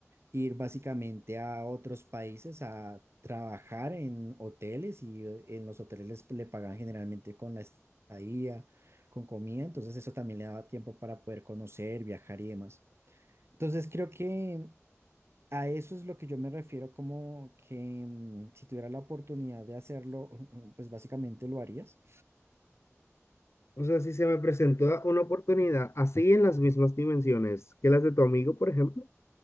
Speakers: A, on the right; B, on the left.
A: ir básicamente a otros países a trabajar en hoteles y eh, en los hoteles les- le pagan generalmente con la estadía, con comida, entonces eso también le daba tiempo para poder conocer, viajar y demás. Entonces creo que a eso es lo que yo me refiero como que mm, si tuviera la oportunidad de hacerlo, <laughs> pues básicamente lo harías.
B: O sea, si se me presentó una oportunidad así en las mismas dimensiones que las de tu amigo, por ejemplo,